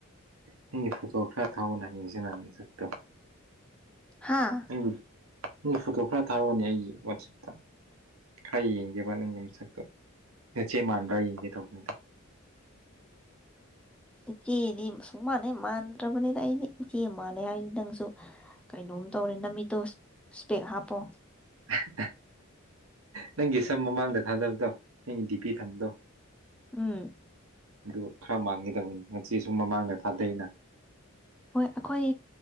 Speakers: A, on the right; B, in the centre.
A: ꯅꯪꯒꯤ ꯐꯣꯇꯣ ꯈꯔ ꯊꯥꯎꯑꯣꯅ ꯌꯦꯡꯁꯤꯅ ꯅꯁꯦꯛꯇꯣ
B: ꯍꯥꯥ
A: ꯎ ꯅꯪ ꯐꯣꯇꯣ ꯈꯔ ꯊꯥꯔꯛꯑꯣꯅꯦ ꯑꯩꯒꯤ ꯋꯥꯆꯦꯞꯇ ꯈꯔ ꯌꯦꯡꯒꯦꯕ ꯅꯪꯒꯤ ꯃꯁꯛꯇꯣ ꯅꯆꯦ ꯃꯥꯟꯕ꯭ꯔꯥ ꯌꯦꯡꯒꯦ ꯇꯧꯕꯅꯤꯗ
B: ꯏꯆꯦꯗꯤ ꯁꯨꯡꯃꯥꯟ ꯍꯦꯛ ꯃꯥꯟꯗ꯭ꯔꯕꯅꯤꯗ ꯑꯩꯗꯤ ꯏꯆꯦ ꯃꯥꯜꯂꯦ ꯍꯥꯏ ꯅꯪꯁꯨ꯫ ꯀꯩꯅꯣꯝ ꯇꯧꯔꯦ ꯅꯃꯤꯠꯇꯣ ꯏꯁꯄꯦꯛ ꯍꯥꯞꯄꯣ꯫
A: <unintelligible> ꯅꯪꯒꯤ ꯁꯝ ꯃꯃꯥꯡꯗ ꯊꯥꯗꯕꯗꯣ ꯅꯪꯒꯤ ꯗꯤ ꯄꯤ ꯊꯝꯕꯗꯣ꯫
B: ꯎꯝ꯫
A: ꯑꯗꯨ ꯈꯔ ꯃꯥꯟꯒꯗꯧꯕꯅꯤ ꯅꯆꯦꯖꯨ ꯃꯃꯥꯡꯗ ꯊꯥꯗꯩꯅ꯫
B: ꯍꯣꯏ ꯑꯩꯈꯣꯏ